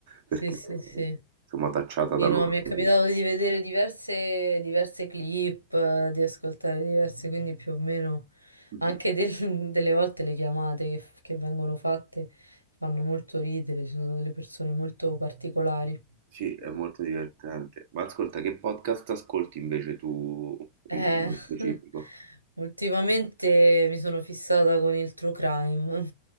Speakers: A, on the right (about 85°); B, on the right (about 45°).
A: Sì,
B: perché
A: sì, sì, sì.
B: eh, insomma tacciata
A: Sì,
B: dall'ordine.
A: no, mi è capitato di vedere diverse, diverse clip, eh, di ascoltare diverse, quindi più o meno
B: Mhm.
A: anche del- <laughs> delle volte le chiamate che, che vengono fatte fanno molto ridere, ci sono delle persone molto particolari.
B: Sì, è molto divertente. Ma ascolta, che podcast ascolti invece tu
A: Eh,
B: in- nello specifico?
A: <laughs> ultimamente mi sono fissata con il true crime,